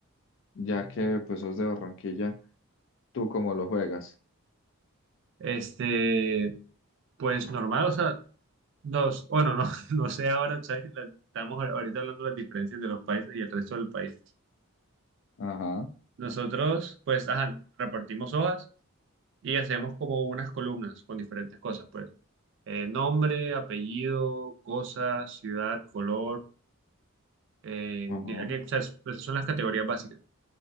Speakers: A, on the left (about 55°); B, on the right (about 55°).
A: ya que pues sos de Barranquilla, ¿tú cómo lo juegas?
B: este, pues normal, o sea, dos, bueno, no, <laughs> no sé ahora, ¿sabes? La- estamos ahorita hablando de las diferencias de los países y el resto del país.
A: Ajá,
B: Nosotros, pues, ajá, repartimos hojas y hacemos como unas columnas con diferentes cosas, pues. Eh, nombre, apellido, cosa, ciudad, color, eh,
A: ajá.
B: diría que, o sea, es- pues, son las categorías básicas.